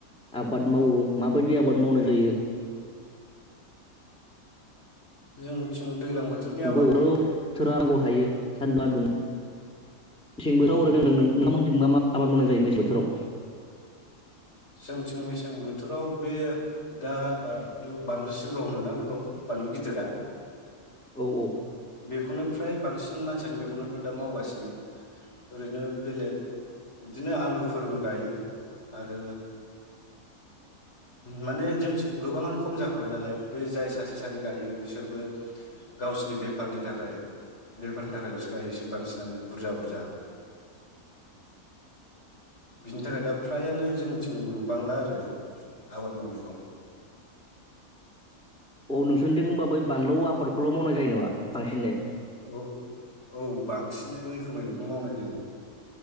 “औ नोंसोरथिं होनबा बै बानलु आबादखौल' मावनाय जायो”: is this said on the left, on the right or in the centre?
Centre